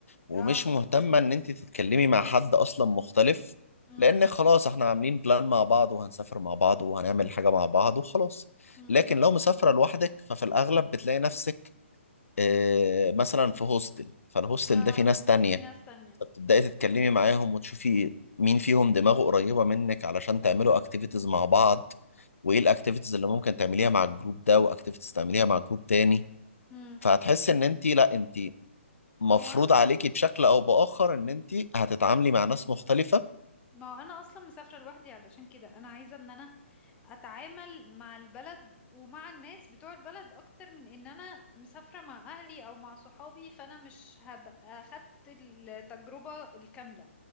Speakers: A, on the left (about 85°); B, on the left (about 15°).
A: ومش
B: اه
A: مهتمه ان انت تتكلمي مع حد اصلا مختلف
B: امم
A: لان خلاص احنا عاملين بلان مع بعض وهنسافر مع بعض وهنعمل حاجه مع بعض وخلاص
B: امم
A: لكن لو مسافره لوحدك ففي الاغلب بتلاقي نفسك اه مثلا في هوستل فالهوستل
B: اه
A: ده فيه ناس تانية
B: في ناس تانية
A: فبتبدأي تتكلمي معاهم وتشوفي مين فيهم دماغه قريبة منك علشان تعملوا اكتيفيتيز مع بعض وايه الاكتيفيتيز اللي ممكن تعمليها مع الجروب ده واكتيفيتيز تعمليها مع جروب تاني
B: امم
A: فهتحس ان انت لا انت مفروض
B: هو أنا-
A: عليكي بشكل او باخر ان انت هتتعاملي مع ناس مختلفة
B: ما هو انا اصلا مسافرة لوحدي علشان كده انا عايزة ان انا اتعامل مع البلد ومع الناس بتوع البلد اكتر من ان انا مسافرة مع اهلي او مع صحابي فانا مش هبقى خدت التجربة الكاملة